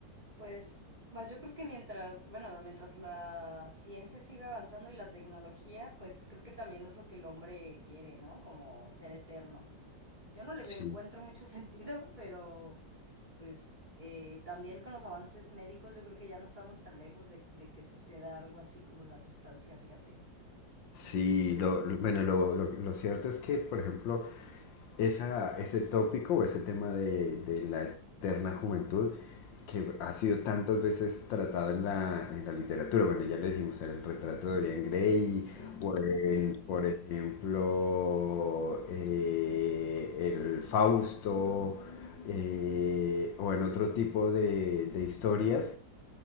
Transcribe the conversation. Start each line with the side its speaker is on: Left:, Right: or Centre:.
Right: Pues, más yo creo que mientras, bueno, mientras la ciencia siga avanzando y la tecnología, pues creo que también es lo que el hombre quiere, ¿no? Como ser eterno. Yo no le veo-
Left: Sí.
Right: encuentro mucho <laughs> sentido, pero pues eh, también con los avances médicos yo creo que ya no estamos tan lejos de, de que suceda algo así como la sustancia, fíjate.
Left: Sí, lo, lo- bueno, lo, lo- lo cierto es que, por ejemplo, esa, ese tópico o ese tema de, de la eterna juventud que ha sido tantas veces tratado en la, en la literatura. Bueno, ya lo dijimos, era el retrato de Dorian Gray,
Right: Sí,
Left: o el, por ejemplo, eh, el Fausto, eh, o en otro tipo de, de historias.